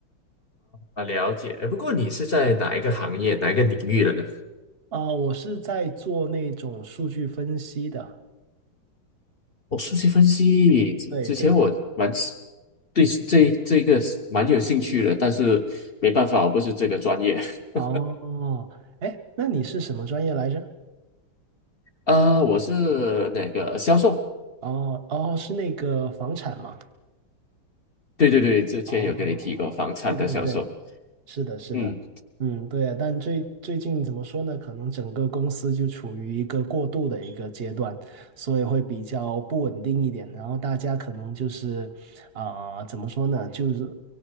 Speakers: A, on the left; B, on the right.
A: 啊了解。呃不过你是在哪一个行业、哪一个领域的呢？
B: 啊、我是在做那种数据分析的，
A: 哦，数据分析，之之前我蛮喜
B: 对对，
A: 对这这个是蛮有兴趣的，但是没办法，我不是这个专业。<laughs>
B: 哦，哎，那你是什么专业来着？
A: 啊、我是那个销售，
B: 哦哦，是那个房产吗？
A: 对对对，之前有跟你提过房产的销售。
B: 哦，对对对，是的，是的，
A: 嗯，
B: 嗯，对啊，但最最近怎么说呢？可能整个公司就处于一个过渡的一个阶段，所以会比较不稳定一点。然后大家可能就是，啊、怎么说呢？就是